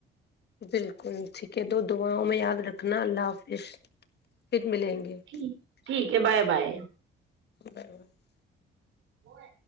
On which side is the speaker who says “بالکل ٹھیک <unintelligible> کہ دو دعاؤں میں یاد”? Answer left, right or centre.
Left